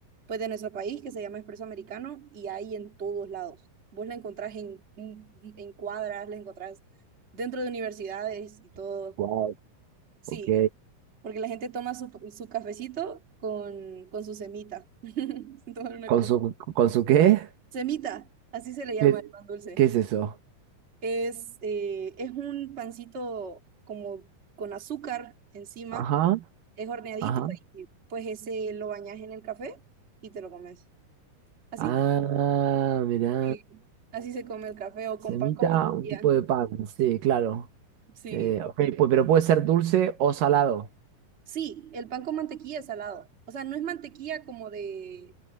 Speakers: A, on the right; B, on the right.
A: pues de nuestro país que se llama Espresso Americano y hay en todos lados. Vos la encontrás en, en en cuadras, la encontrás dentro de universidades y todo.
B: Wow,
A: Sí,
B: ok.
A: porque la gente toma su, su cafecito con, con su semita. <laughs> Se toman una
B: ¿Con
A: co-
B: su, con su qué?
A: semita, así se le llama
B: ¿Qué,
A: el pan dulce.
B: qué es eso?
A: Es, eh, es un pancito como con azúcar encima,
B: Ajá,
A: es horneadito
B: ajá.
A: y pues ese lo bañas en el café y te lo comes. Así,
B: Ah, mirá.
A: sí, así se come el café o
B: Semita,
A: con pan con mantequilla.
B: un tipo de pan, sí, claro.
A: Sí,
B: Eh, ok, pues, pero puede ser dulce o salado.
A: sí, el pan con mantequilla es salado. O sea, no es mantequilla como de,